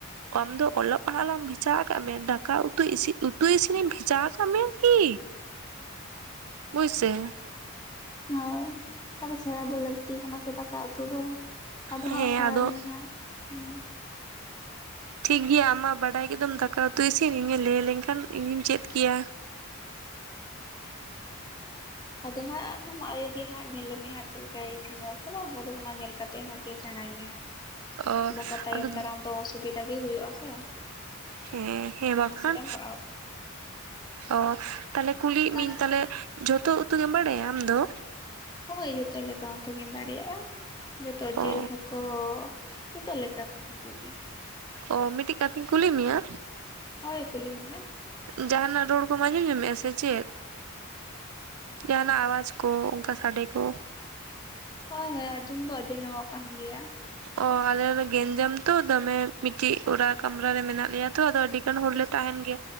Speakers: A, on the right; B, on the left.
A: ᱟᱢ ᱫᱚ ᱚᱞᱚᱜ ᱯᱟᱲᱦᱟᱜ ᱞᱟᱝ ᱵᱷᱮᱡᱟ ᱠᱟᱜ ᱢᱮᱭᱟ ᱾ ᱫᱟᱠᱟ ᱩᱛᱩ ᱤᱥᱤᱫ ᱩᱛᱩ ᱛᱩᱭ ᱤᱥᱤᱱ ᱤᱧ ᱵᱷᱮᱡᱟ ᱟᱠᱟᱫ ᱢᱮᱭᱟ ᱠᱤ ᱦᱳᱭ ᱥᱮ
B: ᱦᱮ ᱛᱟᱦᱚᱞᱮ ᱥᱮᱬᱟ ᱫᱚ ᱞᱟᱹᱠᱛᱤ ᱠᱟᱱᱟ ᱥᱮ ᱫᱟᱠᱟ ᱩᱛᱩ ᱫᱚ᱾ ᱟᱫᱚ
A: ᱦᱮᱸ
B: ᱦᱟᱸᱜ ᱥᱮᱬᱟᱭ
A: ᱟᱫᱚ
B: ᱢᱮ ᱦᱟᱸᱜ <inaudible>
A: ᱴᱷᱤᱠ ᱜᱮᱭᱟ ᱟᱢ ᱢᱟ ᱵᱟᱰᱟᱭ ᱠᱮᱫᱟᱢ ᱫᱟᱠᱟ ᱩᱛᱩ ᱤᱥᱤᱱ ᱤᱧᱮ ᱞᱟᱹᱭ ᱞᱮᱱᱠᱷᱟᱱ ᱤᱧᱤᱧ ᱪᱮᱫ ᱠᱮᱭᱟ᱾
B: <inaudible> ᱟᱫᱚ ᱦᱟᱸᱜ ᱟᱢ ᱟᱭᱳ ᱜᱮ ᱦᱟᱸᱜ ᱧᱮᱞᱮᱢᱮ ᱦᱟᱸᱜ ᱪᱮᱫ ᱞᱮᱠᱟᱭ ᱤᱥᱤᱱᱟ ᱥᱮ ᱵᱟᱝ ᱟᱫᱚ ᱚᱱᱟ ᱧᱮᱞ ᱠᱟᱛᱮ ᱦᱟᱸᱜ ᱥᱮᱬᱟᱭ ᱢᱮ ᱦᱟᱸᱜ᱾
A: ᱚ
B: ᱵᱟᱠᱷᱟ ᱛᱟᱭᱚᱢ
A: ᱟᱫᱚ
B: ᱫᱟᱨᱟᱢ ᱫᱚ ᱚᱥᱩᱵᱤᱫᱟ ᱜᱮ ᱦᱩᱭᱩᱜᱼᱟ ᱥᱮ
A: ᱦᱮᱸ ᱦᱮᱸ
B: ᱟᱢ
A: ᱵᱟᱠᱷᱟᱱ,
B: ᱯᱚᱭᱥᱟ ᱨᱮᱢ ᱯᱟᱲᱟᱜᱼᱟ
A: ᱚ ᱛᱟᱦᱞᱮ ᱠᱩᱞᱤᱭᱮᱫ
B: ᱛᱟᱦᱚᱞᱮ
A: ᱢᱤᱭᱤᱝ ᱛᱟᱦᱞᱮ ᱡᱷᱚᱛᱚ ᱩᱛᱩ ᱜᱮᱢ ᱵᱟᱲᱟᱭᱟ ᱟᱢ ᱫᱚ,
B: ᱦᱳᱭ ᱡᱚᱛᱚ ᱞᱮᱠᱟᱱ ᱩᱛᱩ ᱜᱤᱧ ᱫᱟᱲᱮᱭᱟᱜᱼᱟ᱾ ᱡᱚᱛᱚ ᱡᱤᱞ
A: ᱚ
B: ᱦᱟᱹᱠᱚ ᱡᱚᱛᱚ ᱞᱮᱠᱟᱱ ᱩᱛᱩ ᱜᱮ
A: ᱚ ᱢᱤᱴᱤᱡ ᱠᱟᱛᱷᱟᱧ ᱠᱩᱞᱤ ᱢᱮᱭᱟ?
B: ᱦᱳᱭ ᱠᱩᱞᱤᱧ ᱢᱮ᱾
A: ᱡᱟᱦᱟᱱᱟᱜ ᱨᱚᱲ ᱠᱚᱢ ᱟᱸᱡᱚᱢ ᱧᱢᱮᱜᱼᱟ ᱥᱮ ᱪᱮᱫ? ᱡᱟᱦᱟᱱᱟᱜ ᱟᱣᱟᱡᱽ ᱠᱚ, ᱚᱱᱠᱟ ᱥᱟᱰᱮ ᱠᱚ,
B: ᱦᱳᱭ ᱦᱳᱭ ᱟᱸᱡᱚᱢ ᱫᱚ ᱟᱸᱡᱚᱢ ᱧᱟᱢᱚᱜ ᱠᱟᱱ ᱜᱮᱭᱟ᱾
A: ᱚ ᱟᱞᱮ ᱫᱚ ᱜᱮᱧᱡᱟᱢ ᱛᱚ ᱫᱚᱢᱮ ᱢᱤᱫᱴᱤᱡ ᱚᱲᱟᱜ ᱠᱟᱢᱨᱟ ᱨᱮ ᱢᱮᱱᱟᱜ ᱞᱮᱭᱟ ᱛᱚ ᱟᱫᱚ ᱟᱹᱰᱤ ᱜᱟᱱ ᱦᱚᱲᱞᱮ ᱛᱟᱦᱮᱱ ᱜᱮ